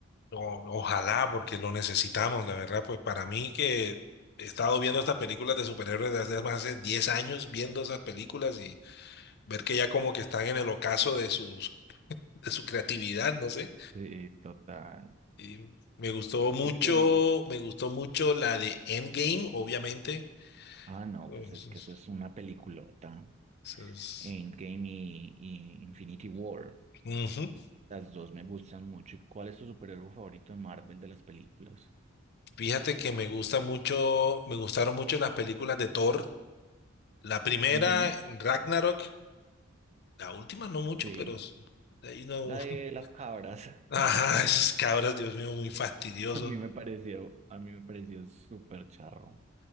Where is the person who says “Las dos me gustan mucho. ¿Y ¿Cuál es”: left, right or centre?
Right